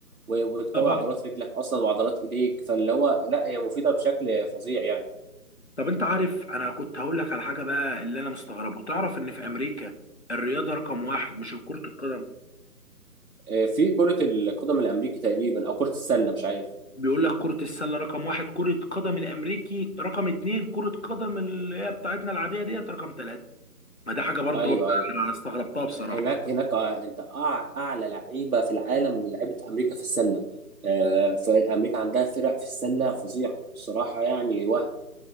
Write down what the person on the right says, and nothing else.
و- وتقوي
عضلات رجلك اصلا وعضلات ايديك فاللي هو لا هي مفيده بشكل فظيع يعني
آه، في كره القدم الامريكي تقريبا او كره السله مش عارف
ايوه
ايوه
هناك هناك آه، انت أع- اعلى لعيبه في العالم من لعيبه امريكا في السله آه، فامريكا عندها فرق في السله فظيعه الصراحه يعني وهم